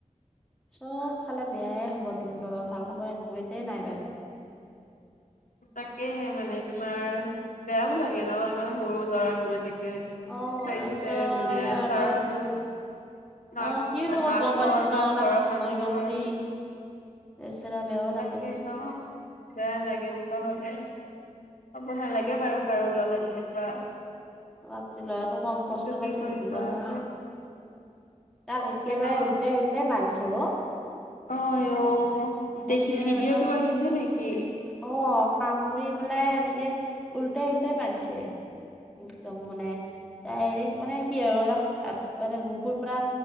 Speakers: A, in the centre; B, on the left.
A: চবফালে বেয়াই হ'ব তম বা ভাল হবৰ একোটাই নাই বাৰু।
B: তাকেহে মানে তোমাৰ, বেয়াও লাগে ন ইমান সৰু লৰাটো এনেকে
A: অ
B: পাইছে
A: তাৰপিছত
B: মানে
A: তাৰ
B: তাৰতো।
A: ধৰ
B: মাক-
A: অ সিনো ক'ত
B: মাকৰ
A: গম পাইছিল ন
B: বা
A: তাক
B: ঘৰৰ মানুহৰ।
A: মৰিব বুলি বেচেৰা বেয়াও লাগে
B: তাকে ন। বেয়া লাগে এনেকুৱা হ'লে, হ'ব নালাগে বাৰু কাৰো লগত এনেকুৱা।
A: অ', আপুনি ল'ৰাটো কম
B: কিন্তু
A: কষ্ট
B: কি
A: পাইছে
B: কৰিবা
A: <unintelligible>
B: আৰু
A: তাক
B: তাকে
A: একেবাৰে
B: ন।
A: উল্টাই উল্টাই মাৰিছো অ'।
B: অ', অ' দেখি
A: এনেকে
B: ভিডিঅ'
A: একদম
B: টো আহিছ নেকি?
A: অ' কামুৰি পেলাই এনেকে ওল্টাই ওল্টাই মাৰিছে। একদম মানে, ডাইৰেক্ট মানে কি আৰু তাক মানে বুকুৰ পৰা